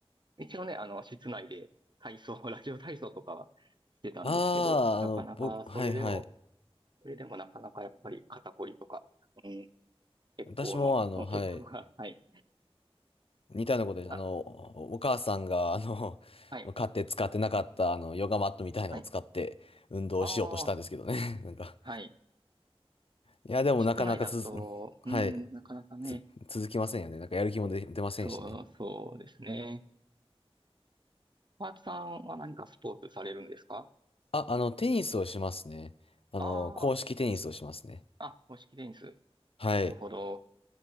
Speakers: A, on the right; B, on the left.
A: 一応ね、あの、室内で体操、ラジオ体操とかはしてたんですけど、
B: ああ、
A: なかなかそれでも、
B: あの、僕、はいはい。
A: それでもなかなかやっぱり肩こりとか、うん、血行の、
B: 私もあの、
A: うん血行が、
B: はい。
A: <laughs> はい。
B: 似たようなことです。
A: あ、
B: あの、おお母さんが、あの、
A: はい、
B: 買って使ってなかった、あの、ヨガマットみたいなのを使って運動しようとしたんですけどね。
A: はい。ああ、
B: <laughs> なんか、
A: はい。
B: いや、でもなかなか続く、
A: 室内だと、
B: はい。
A: うん、なかなかね、
B: つ、続きませんよね。なんかやる気も出、出ませんしね。
A: そう、そうですね。パーツさんは何かスポーツされるんですか
B: あ、あの、テニスをしますね。あの、
A: あ
B: 公式テニスをしますね。
A: あ、あ、公式テニス。
B: はい。
A: なるほど。